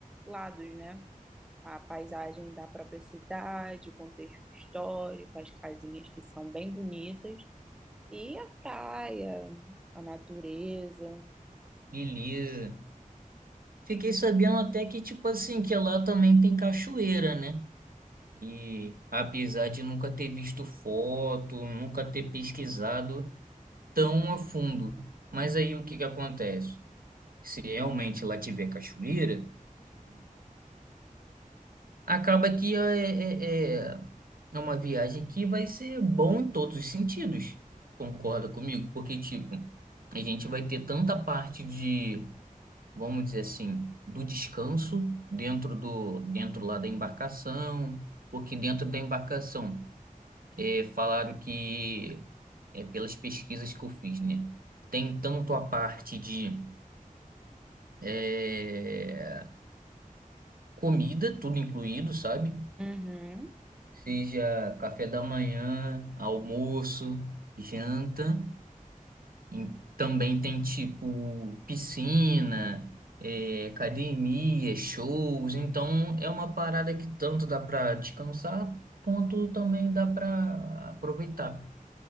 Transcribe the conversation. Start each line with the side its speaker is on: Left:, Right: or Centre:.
Centre: lados, né? A paisagem da própria cidade, o contexto histórico, as casinhas que são bem bonitas, e a praia, a natureza.
Right: beleza. Fiquei sabendo até que tipo assim que lá também tem cachoeira, né? E apesar de nunca ter visto foto, nunca ter pesquisado tão a fundo, mas aí o que que acontece? Se realmente lá tiver cachoeira acaba que é, é, é é uma viagem que vai ser bom em todos os sentidos. Concorda comigo? Porque, tipo, a gente vai ter tanta parte de, vamos dizer assim, do descanso dentro do, dentro lá da embarcação, porque dentro da embarcação é, falaram que, é, pelas pesquisas que eu fiz, né? Tem tanto a parte de é, comida, tudo incluído, sabe?
Centre: Uhum.
Right: seja café da manhã, almoço, janta. E também tem tipo piscina, eh, academia, shows. Então é uma parada que tanto dá para descansar, quanto também dá para aproveitar.